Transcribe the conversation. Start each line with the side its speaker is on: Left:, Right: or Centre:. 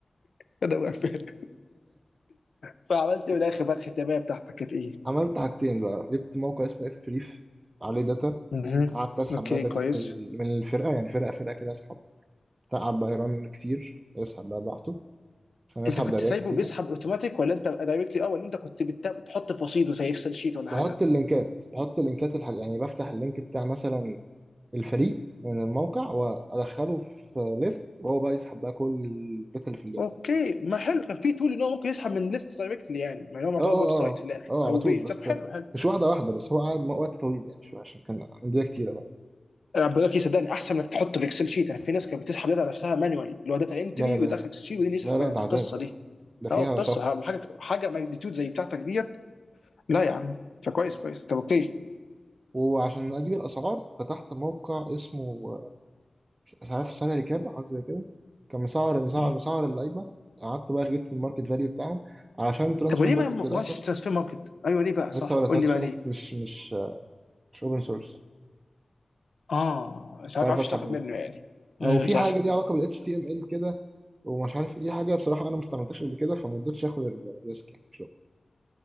Left: ده بقفل فعملت إيه في الاخر بقى الختاميه بتاعتك كانت ايه؟
Right: عملت حاجتين بقى جبت موقع اسمه اف بريف عليه داتا
Left: مهم.
Right: قعدت اسحب
Left: اوكي
Right: بقى داتا
Left: كويس
Right: ال- من الفرقة يعني فرقة فرقة كده اسحب تعب بقى يرن كتير يسحب بقى براحته عشان يسحب
Left: انت كنت
Right: دوريات
Left: سايبه
Right: كتيرة
Left: بيسحب اوتوماتيك ولا انت دايركتلي اه ولا انت كنت بت- بتحط في رصيد زي اكسل شيت ولا
Right: بحط
Left: حاجه؟
Right: اللينكات بحط اللينكات الحاج... يعني بفتح اللينك بتاع مثلا الفريق من الموقع وادخله في ليست وهو بقى يسحب بقى كل الداتا اللي في اللينك
Left: اوكي ما حلو كان في تول ان هو ممكن يسحب من ليست دايركتلي يعني يعني هو معتبر
Right: اه اه
Left: ويب سايت في الاخر
Right: اه اه
Left: او
Right: على طول
Left: بيج
Right: بس
Left: طب حلو حلو
Right: مش واحدة واحدة بس هو قعد م- وقت طويل يعني شوية عشان كان أندية كتيرة بقى
Left: انا بقول لك صدقني احسن انك تحطه في اكسل شيت يعني في ناس كانت بتسحب داتا نفسها مانوالي اللي هو داتا انتري
Right: لا إلهي
Left: ويدخل اكسل شيت وبعدين يسحب
Right: لا لا
Left: منها
Right: ده
Left: ده
Right: عذاب
Left: قصه
Right: ده
Left: دي
Right: ده فيها
Left: اه قصه
Right: شهر
Left: حاجه حاجه ماجنتيود زي بتاعتك ديت لا يا عم فكويس كويس طب اوكي
Right: وعشان أجيب الأسعار فتحت موقع اسمه آه، مش عارف سنة ريكاب أو حاجة زي كده كان مسعر مسعر
Left: مم.
Right: مسعر اللعيبة قعدت بقى جبت الماركت فاليو بتاعهم علشان ترانسفير
Left: طب وليه
Right: ماركت
Left: ما ما
Right: للأسف
Left: ماشي ترانسفير ماركت ايوه ليه بقى صح
Right: لسه ولا
Left: قول
Right: ترانسفير
Left: لي بقى ليه
Right: ماركت مش مش آه، مش أوبن سورس
Left: اه انت
Right: مش
Left: عارف
Right: عارف
Left: عارفش
Right: أسحب
Left: تاخد
Right: منه
Left: منه يعني
Right: أو
Left: امم
Right: في
Left: صح
Right: حاجة ليها علاقة بال HTML كده ومش عارف إيه حاجة بصراحة أنا ما استعملتهاش قبل كده فما رضيتش آخد الريسك يعني